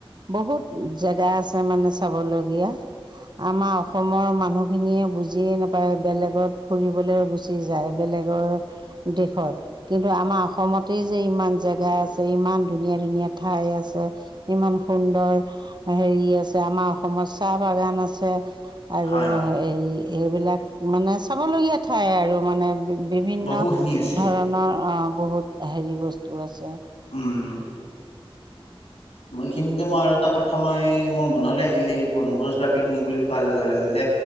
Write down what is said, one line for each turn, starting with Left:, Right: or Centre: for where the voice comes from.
Right: বহুত জেগা আছে মানে চাবলগীয়া। আমাৰ অসমৰ মানুহখিনিয়ে বুজিয়ে নাপায় বেলেগত ফুৰিবলৈ গুচি যায়। বেলেগ বেলেগৰ দেশত। কিন্তু আমাৰ অসমতেই যে ইমান জেগা আছে ইমান ধুনীয়া ধুনীয়া ঠাই আছে। ইমান সুন্দৰ হেৰি আছে আমাৰ অসমত চাহ বাগান আছে। আৰু
Left: হয়
Right: এই এইবিলাক মানে চাবলগীয়া ঠাই আৰু মানে। বিভিন্ন
Left: বহুখিনি আছে
Right: ধৰণৰ আহ বহুত হেৰি বস্তু আছে।
Left: উম। এইখিনিতে মই আৰু এটা কথা মই মোৰ মনলৈ আহিলে এই বনভোজ বা পিকনিক বুলি কোৱাৰ লগে লগে যে